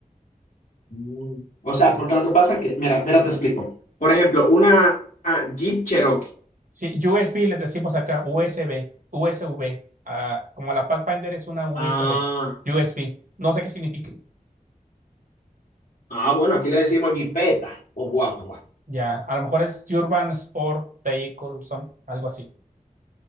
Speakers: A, on the left; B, on the right.
A: Mm. O sea,
B: Sí.
A: porque lo que pasa es que, mira, mira, te explico. Por ejemplo, una ah, Jeep Cherokee.
B: Sí, USB les decimos acá, USB, USB. ah, como la Pathfinder es una USB,
A: Ah.
B: USB. No sé qué significa.
A: Ah, bueno, aquí le decimos jipeta o guagua.
B: Ya, a lo mejor es Urban Sport Vehicle, son algo así.